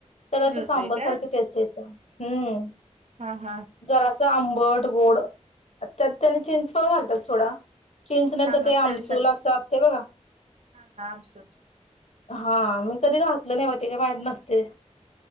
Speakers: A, on the left; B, on the right.
A: त्याला
B: मिळतोय
A: ते सांबर सारखी
B: काय
A: टेस्ट येत्या हम्म
B: हां हां
A: जरासं आंबट-गोड त्यात तेनी चिंच पण घालतात सोडा चिंच नाही
B: हा
A: तर ते
B: हा चवीसाठी
A: आमसूल अस असतय बघा.
B: हा हा आमसूल
A: हां मी कधी घातलं नाही म ते का माहित नसते.